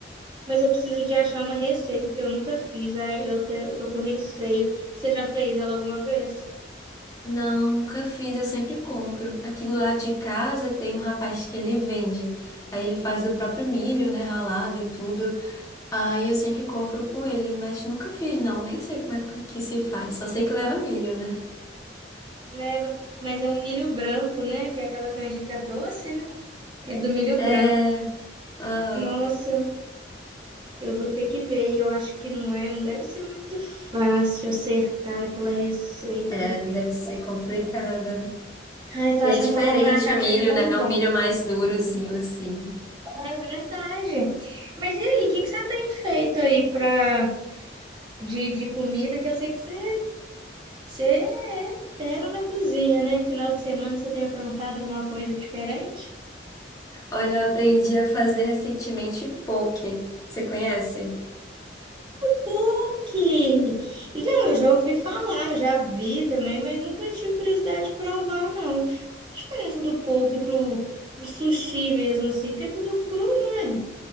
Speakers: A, on the right; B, on the left.
A: Mas eu preciso de achar uma receita, porque eu nunca fiz. é, Eu te- eu tô com receio. Você já fez ela alguma vez?
B: Não, nunca fiz, eu sempre compro. Aqui do lado de casa tem um rapaz que ele vende. Aí ele faz do próprio milho, né, ralado e tudo. Aí eu sempre compro com ele, mas nunca fiz não, nem sei como é que que se faz. Só sei que leva milho, né?
A: Leva, mas é um milho branco, né? Que é aquela canjica doce, né? É do milho
B: É,
A: branco.
B: aham.
A: Nossa. Eu vou ter que ver, e eu acho que não é, não deve ser muito fácil acertar naquela receita.
B: É, deve ser complicado.
A: Ai, tô
B: E
A: achando
B: é diferente
A: que eu vou comprar uma caixa
B: o milho,
A: de bombom.
B: né? É um milho mais durozinho, assim.
A: É verdade. Mas e aí, o que que você tem feito aí pra, de, de comida? Que eu sei que você, você é fera na cozinha, né? Final de semana você tem aprontado alguma coisa diferente?
B: Olha, eu aprendi a fazer recentemente poke. Você conhece?
A: PUC! E não, eu já ouvi falar, já vi também, mas nunca tive curiosidade de provar, não. Qual a diferença do poke pro, pro sushi mesmo, assim? Porque é tudo cru, não é?